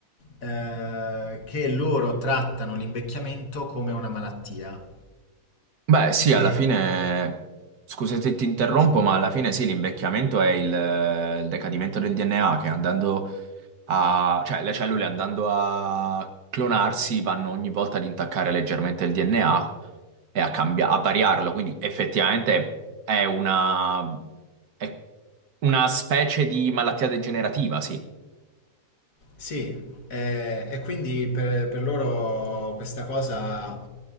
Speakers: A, on the left (about 65°); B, on the right (about 85°).
A: eh, che loro trattano l'invecchiamento come una malattia.
B: Beh, sì,
A: E,
B: alla fine, scusa se ti interrompo,
A: sì.
B: ma alla fine sì, l'invecchiamento è il, il decadimento del DNA che andando a- cioè le cellule andando a clonarsi vanno ogni volta ad intaccare leggermente il DNA e a, cambia- a variarlo, quindi effettivamente è una, è una specie di malattia degenerativa, sì,
A: Sì, eh, e quindi per, per loro questa cosa